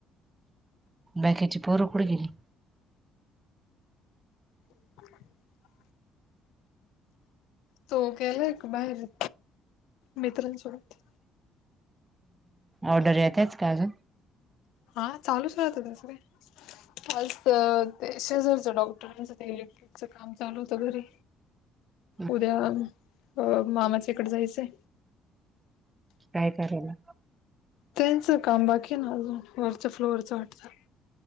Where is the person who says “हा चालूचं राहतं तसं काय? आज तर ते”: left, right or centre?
Left